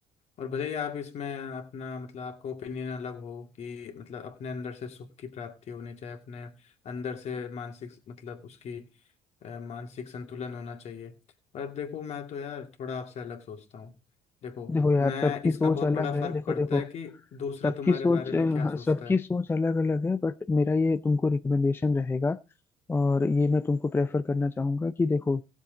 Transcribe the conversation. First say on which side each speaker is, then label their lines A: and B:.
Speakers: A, on the left; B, on the left.
A: और भले ही आप इसमें अपना मतलब आपका ओपिनियन अलग हो कि मतलब अपने अंदर से सुख की प्राप्ति होनी चाहिए अपने अंदर से मानसिक मतलब उसकी अ, मानसिक संतुलन होना चाहिए पर देखो मैं तो यार थोड़ा आपसे अलग सोचता हूँ देखो
B: देखो यार
A: मैं
B: सबकी
A: इसका
B: सोच
A: बहुत
B: अलग
A: बड़ा
B: है
A: फर्क
B: देखो
A: पड़ता
B: देखो
A: है कि दूसरा
B: सबकी
A: तुम्हारे
B: सोच
A: बारे में
B: हाँ,
A: क्या सोचता
B: सबकी
A: है
B: सोच अलग अलग है बट मेरा ये तुमको रिकमेंडेशन रहेगा और ये मैं तुमको प्रेफर करना चाहूंगा कि देखो